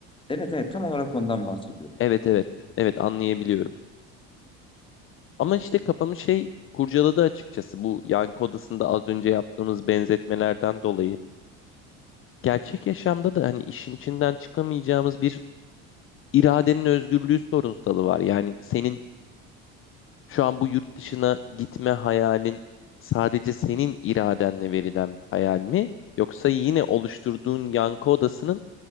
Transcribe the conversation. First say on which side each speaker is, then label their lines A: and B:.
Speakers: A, on the left (about 20°); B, on the left (about 45°).
A: Evet evet tam olarak ondan bahsediyorum.
B: Evet evet. Evet anlayabiliyorum. Ama işte kafamı şey kurcaladı açıkçası. Bu yankı odasında az önce yaptığımız benzetmelerden dolayı. Gerçek yaşamda da hani işin içinden çıkamayacağımız bir iradenin özgürlüğü sorunsalı var. Yani senin Şu an bu yurt dışına gitme hayalin sadece senin iradenle verilen bir hayal mi? Yoksa yine oluşturduğun yankı odasının